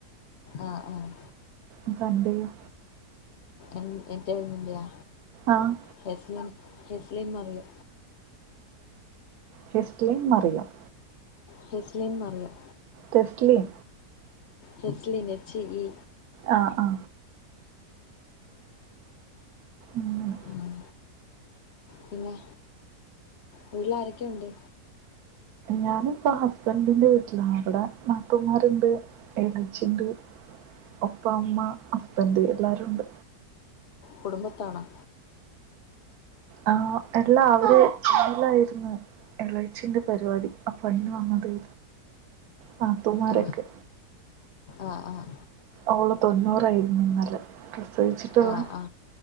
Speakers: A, on the left (about 65°); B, on the right (about 70°).
A: ആഹ് ആഹ്
B: ഇതന്റെ യോ
A: എൻ എന്റെ <unintelligible>
B: ആഹ്
A: ഹെസ് ലൻ ഹെസ് ലിൻനെ അറിയോ
B: ഹെസ്റ്റിലിൻ ന്ന് അറിയാം
A: ഹെ സ് Lin Mariyam
B: Tasleem.
A: ഹെസ്ലിം, H E.
B: ആ അ. അങ്ങനെ
A: ഉം. പിന്നെ വീട്ട് ല്ആരൊക്കെ ഉണ്ട്?
B: ഞാന് ഇപ്പൊ ഹസ്ബൻഡിന്റെ വീട്ടിലാണ്, അവിടെ നാത്തുമാര്ണ്ട്, എളച്ചിണ്ട്. ഒപ്പം അമ്മ, ഹസ്ബൻഡ് എല്ലാവരുണ്ട്.
A: കുടുംബത്തണോ?
B: ആ, എല്ല അവര് ലായിരുന്നു. എളച്ചിന്റെ പരിപാടി, അപ്പ അതിനു വന്നത നാത്തൂമാരൊക്കെ.
A: ആ ആ ആ..
B: ഓള തൊണ്ണൂറായിയിരുന്നു ഇന്നലെ പ്രസവിച്ചിട്ടുള്ള?
A: ആ ആ,